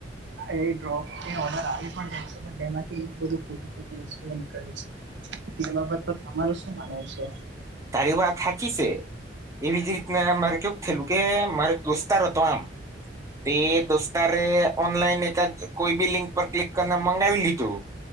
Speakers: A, on the right; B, on the right.
A: એ ડ્રોપ એ ઓર્ડર આવી પણ જાય છે પણ એમાંથી બધું ખોટું ખોટું વસ્તુઓ નીકળે છે. તે બાબત તો તમારું શું માનવું છે.
B: ત વા થકીી છે. એવી જ રીતના મારે કેવું થયેલું કે મારે દોસ્તાર હતો આમ તે દોસ્તારે ઓનલાઈન એકાદ કોઈ બી લિંક પર ક્લિક કરીને મગાવી લીધું.